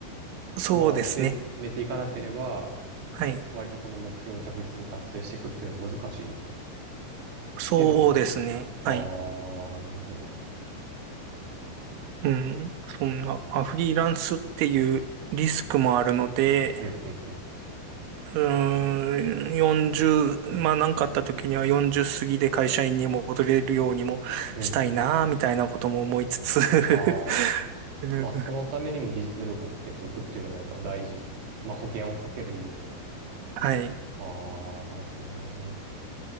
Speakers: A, on the right; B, on the right.
A: そうですね。
B: 駒を捨て、めていかなければ、
A: はい。
B: 割とこの目標を着実に達成していくっていうのは難しいっ
A: そうですね。
B: ていうのも。
A: はい。
B: ああ、なるほど。
A: うん、そんな、まあ、フリーランスっていうリスクもあるので、
B: うんうんうん。
A: うーん、40、まあ何かあった時には40過ぎで会社員にも戻れるようにもしたいな、
B: うんうん。
A: みたいなことも思いつつ
B: ああ。
A: <laughs> うん
B: まあ、そのためにも技術力をつけておくっていうのがやっぱ大事。まあ、保険をかける意味でも。
A: はい。
B: ああ、なるほどね。